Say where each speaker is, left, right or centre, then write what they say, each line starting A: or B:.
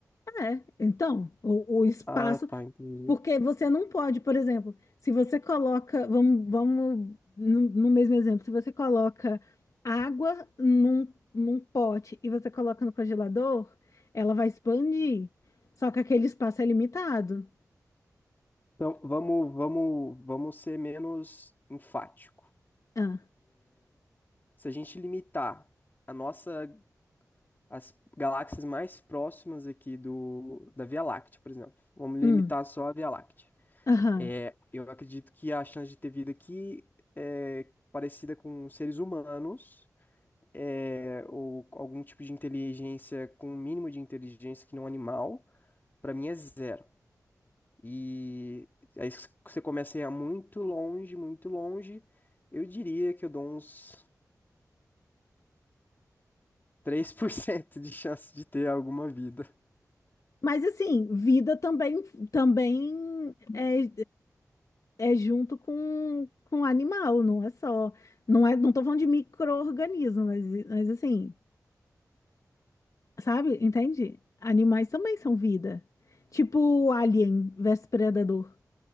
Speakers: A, on the left; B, on the left.
A: é, então, o, o espaço
B: Ah, tá, entendi.
A: Porque você não pode, por exemplo, se você coloca, vamos, vamos no, no mesmo exemplo, se você coloca água num, num pote e você coloca no congelador, ela vai expandir. Só que aquele espaço é limitado.
B: Então, vamos, vamos, vamos ser menos enfático.
A: Ah,
B: Se a gente limitar a nossa, as galáxias mais próximas aqui do, da Via Láctea, por exemplo, vamos limitar
A: hum,
B: só a Via Láctea.
A: aham.
B: É, eu acredito que a chance de ter vida aqui é parecida com seres humanos é, ou algum tipo de inteligência com um mínimo de inteligência que não animal, pra mim é zero. E aí se você começa a ir muito longe, muito longe, eu diria que eu dou uns 3% de chance de ter alguma vida.
A: Mas assim, vida também, também é, é junto com, com animal, não é só. Não é, não tô falando de micro-organismo, mas, mas assim. Sabe? Entende? Animais também são vida. Tipo o Alien versus Predador.